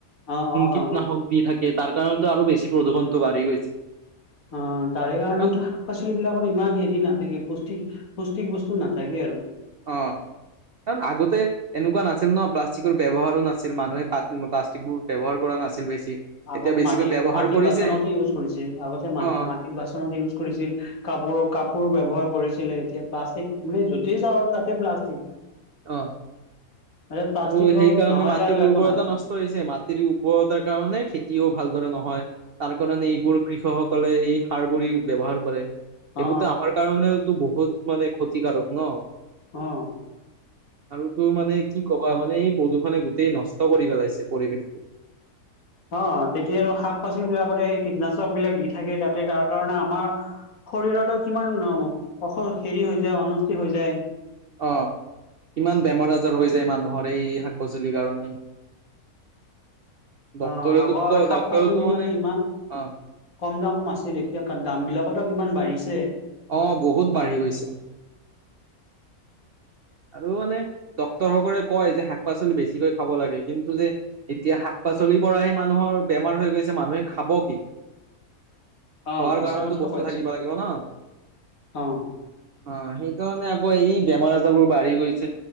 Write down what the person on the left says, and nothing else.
অ অ
অ
অ তাৰে কাৰণেটো
শাক পাচলি বিলাকত ইমান হেৰি নাথাকে, পুষ্টিক পুষ্টিক বস্তু নাথাকে আৰু
আগত
মাটি
মাটিৰ
বাচনতে ইউজ কৰিছিল, আগতে মাটি
মাটিৰ বাচনতে ইউজ কৰিছিল কা কাপোৰ ব্যৱহাৰ কৰিছিলে, এতিয়া প্লাষ্টিক মানে যতেই যাওঁ আৰু তাতে প্লাষ্টিক
তাতে প্লাষ্টিকক
নহ'লে
আৰু
একো নাই
অ
অহ
অ তেতিয়া আৰু শাক পাচলি বিলাকতে এই কীটনাশক বিলাক দি থাকে তাতে তাৰ কাৰণে আমাৰ শৰীৰতো কিমান <unintelligible> হেৰি হৈ যায় অনষ্টি হৈ যায়
অ আগৰ
শাক
পাচলি মানে ইমান
কম দাম আছিল এতিয়া দাম বিলাকতো কিমান বাঢ়িছে
অ সঁচা
কথা
কৈ আছো
অ